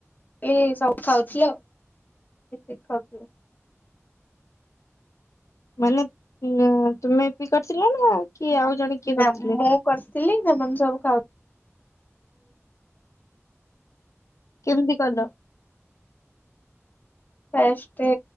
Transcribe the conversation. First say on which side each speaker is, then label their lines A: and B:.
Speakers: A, on the left; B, on the left.
A: ଇଏ ସବୁ ଖାଉଥିଲ ମିଶିକି ଖାଉଥିଲୁ।
B: ମାନେ ନ- ତୁମେ ଇପି କରିଥିଲ ନା କିଏ ଆଉ ଜଣେ କିଏ
A: ନା
B: କରିଥିଲେ?
A: ମୁଁ କରଥିଲି ସେମାନେ ସବୁ ଖାଉ
B: କେମିତି କଲ?
A: ଫାଷ୍ଟେ